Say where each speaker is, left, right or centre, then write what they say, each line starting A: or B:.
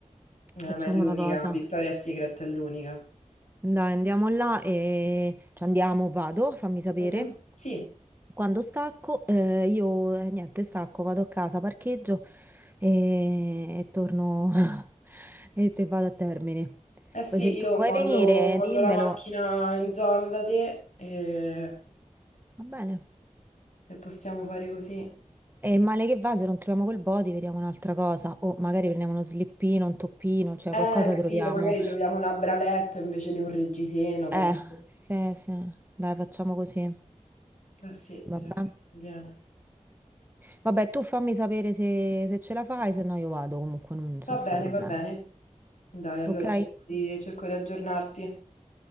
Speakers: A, on the left (about 70°); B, on the right (about 15°).
A: Eh,
B: Facciamo
A: ma è l'unica,
B: una cosa.
A: Victoria's Secret è l'unica.
B: Dai, andiamo là e... Cioè, andiamo, vado, fammi sapere.
A: Mhm, Sì,
B: Quando stacco, eh, io, eh, niente, stacco, vado a casa, parcheggio e, e torno <laughs> e te vado a termine.
A: eh sì,
B: Poi se tu
A: io
B: vuoi
A: mollo,
B: venire,
A: mollo
B: dimmelo.
A: la macchina in zona da te e,
B: Va bene.
A: e possiamo fare così.
B: E male che va, se non troviamo quel body, vediamo un'altra cosa. O magari prendiamo uno slippino, un toppino, cioè
A: Eh,
B: qualcosa
A: capito,
B: troviamo.
A: magari troviamo una bralette invece di un reggiseno, capito?
B: Eh, sì, sì, dai, facciamo così.
A: Eh sì,
B: Vabbè.
A: mi sa che viene.
B: Vabbè, tu fammi sapere se, se ce la fai, se no io vado comunque non- senza
A: Va bene,
B: problemi.
A: va bene. Dai, allora
B: Ok?
A: cerco di, cerco di aggiornarti.